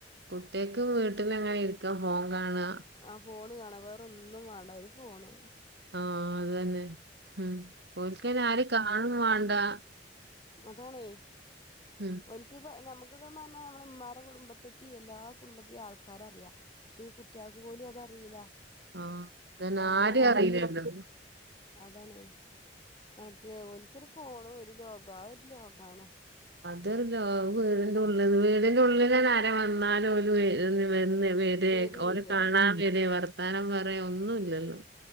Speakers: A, on the right (about 65°); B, on the left (about 30°).
A: കുട്ട്യേക്ക് വീട്ടിലങ്ങനെ ഇരിക്കാ ഫോൺ കാണാ
B: ആഹ് ഫോണ് കാണാ വേറെ ഒന്നും വാണ്ട ഒര് ഫോണ്
A: ആഹ് അതന്നെ ഉം ഓൽക്കയ്ന് ആരേം കാണും വേണ്ടാ
B: അതാണേയ്
A: ഉം
B: ഓൽക്ക് പ നമ്മക്കൊക്കെ പറഞ്ഞ നമ്മള ഉമ്മാ ടെ കുടുംബത്തിത്തി എല്ലാ കുടുംബത്തെ ആൾക്കാരെ അറിയാ പക്ഷേ ഈ കുട്ട്യാൾക്ക് പോലും അതറിയില്ല
A: ആഹ് അതന്നെ
B: കാരണം
A: ആരിം
B: ഓല്
A: അറിയില്ലല്ലോ
B: അതാണേ മറ്റേ ഓല്ക്ക് ഒരു ഫോണും ഒരു ലോക ആ ഒരു ലോകാണ്
A: അതല്ലോ വീടിന്റെ ഉള്ളിൽ വീടിന്റെ ഉള്ളിലെന്നെ ആരേലും വന്നാലും ഒരു എ ഒന്ന് വരെ
B: വരൂല്ല
A: ഓരെ കാണാൻ വരെ വർത്താനം പറെ ഒന്നുല്ലല്ലോ